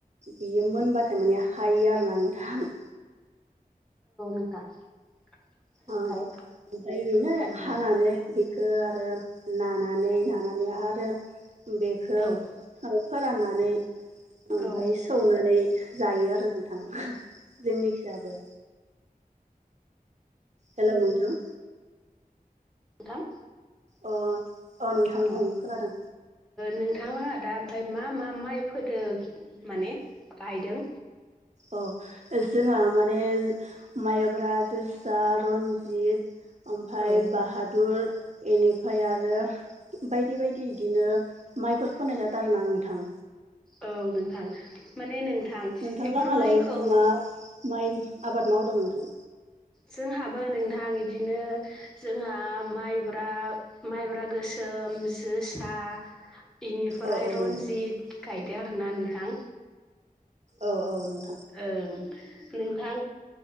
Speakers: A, on the right; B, in the centre.
A: बियो मोनबाथाय माने हायो आरो ना नोंथां।
B: <unintelligible> ओमफ्राय
A: ओं ओमफ्राय बेनो
B: औ
A: हानानै बेखो आरो नानानै नाना माने आरो बेखो
B: औ
A: फोराननानै
B: नोंथां
A: ओमफाय सौनानै जायो आरो नोंथां जोंनिखिजाबो। हेलौ नोंथां।
B: नोंथां <inaudible>
A: अ नोंथां
B: अ
A: बुं
B: ओ
A: खोनादों
B: नोंथांलाहा दा ओमफाय मा मा माइ फोदो माने गायदों?
A: अ जोंहा माने माइब्रा जोसा रन्जित ओमफाय
B: औ
A: बाहादुर इनिफाय आरो बायदि बायदि इदिनो माइफोर फोनाय जादो आरो ना नोंथां।
B: औ नोंथां। माने नोंथां
A: औ नोंथां
B: बइफोर
A: लाहालाय
B: माइखौ
A: मा मा माइ आबाद मावदों नोंथां
B: जोंहाबो नोंथां इदिनो जोंहा माइब्रा माइब्रा गोस सोम जोसा इनिफ्राय
A: औ औ
B: रन्जित
A: नोंथां
B: गाय दो आरोना नोंथां।
A: औ औ नों
B: ओं नोंथां